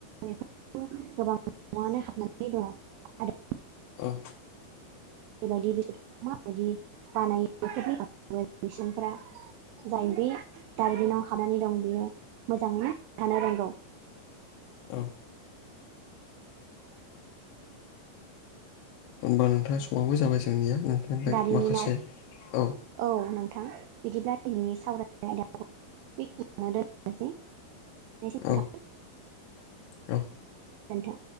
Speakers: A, on the right; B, on the left.
A: बे गोबां न'नो हाबनानै दङ। आरो
B: औ
A: बेबायदि बेफोरखौ माबायदि बानायो बेफोरनि बागै बेसनफ्रा जाय बे दार्बिनाव हानानै दं बेयो मोजाङैनो थानो रोंगौ।
B: औ होनबा नोंथाङा समाबो जाबाय जोंनिया नोंथांनिफ्राय
A: दारिमिनाव
B: माखासे औ
A: औ नोंथां बिदिब्ला दैनि सावरायनाय आयदाखौ बेखिनियावनो दोन दोनथनोसौ नोंथां
B: औ
A: गोजोनथों
B: औ